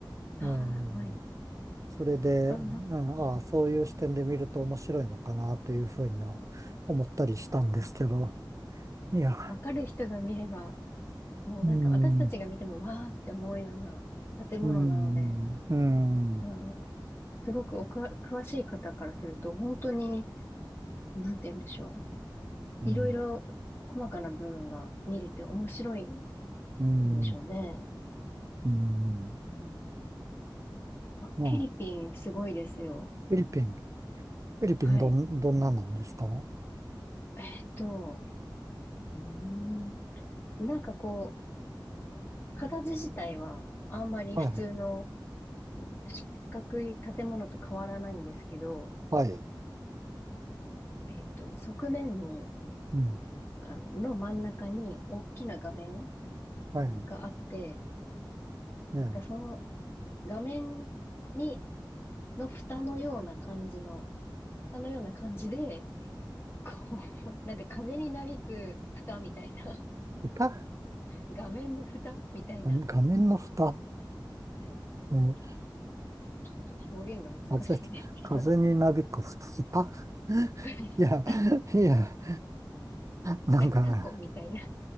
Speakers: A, on the left; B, on the right.
A: ああ、
B: えー
A: はい。
B: それで、
A: あ、
B: うん、
A: なんか、うん、
B: ああ、そういう視点で見ると面白いのかなというふうには思ったりしたんですけど、いや、
A: もうわかる人が見れば、もうなんか私たちが見てもわーって思うような建物なので、
B: うん、うん、うん、
A: あの、すごくおくわ詳しい方からすると、本当に、なんて言うんでしょう。
B: うん、
A: いろいろ細かな部分が見れて面白いんでしょうね。
B: うん、うん、
A: うん。あ、
B: まあ、
A: フィリピンすごいですよ。
B: フィリピン。フィリピンどん、
A: はい。
B: どんななんですかは
A: えーっと、うーん。なんかこう、形自体はあんまり普通の
B: いはい。
A: 四角い建物と変わらないんですけど、
B: はい。
A: えっと、側面に、
B: うん。
A: あの、の真ん中に大きな画面
B: はい。
A: があって、
B: ええ。
A: がその画面に、の蓋のような感じの、蓋のような感じで、こう、<laughs> なんで風になびく蓋みたいな、
B: 蓋が
A: 画面の蓋みたいな、
B: 画面の蓋。
A: はい。
B: うん。
A: なんちょっと表現が難しいんですけどね、
B: 風、風になびく蓋。<laughs>
A: <laughs>
B: いや、いや、なんか、
A: なんかタコみたいな、